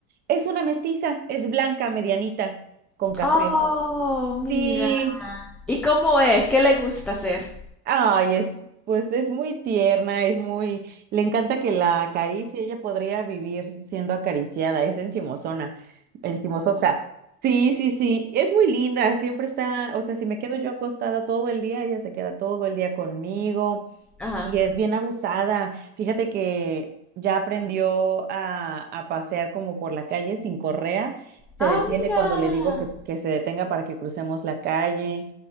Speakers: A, on the right; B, in the centre.
A: Es una mestiza, es blanca, medianita, con café.
B: Oh, mira.
A: Sí,
B: ¿Y cómo es? ¿Qué le gusta hacer?
A: ay, es, pues es muy tierna, es muy, le encanta que la acaricie, ella podría vivir siendo acariciada, es encimosona, encimosota. Sí, sí, sí, es muy linda, siempre está, o sea, si me quedo yo acostada todo el día, ella se queda todo el día conmigo,
B: Ajá.
A: Y es bien abusada. Fíjate que ya aprendió a, a pasear como por la calle sin correa. Se
B: Ah,
A: detiene
B: mira.
A: cuando le digo que, que se detenga para que crucemos la calle.